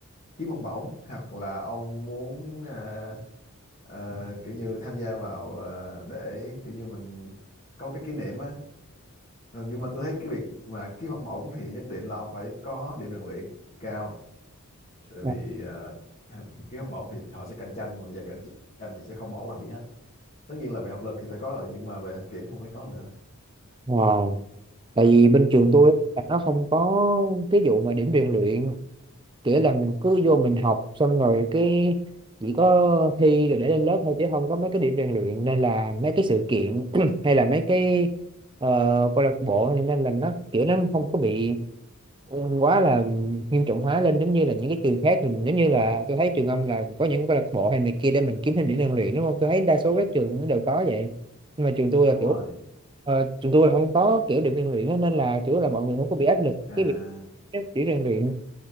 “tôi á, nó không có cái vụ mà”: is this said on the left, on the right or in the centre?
Right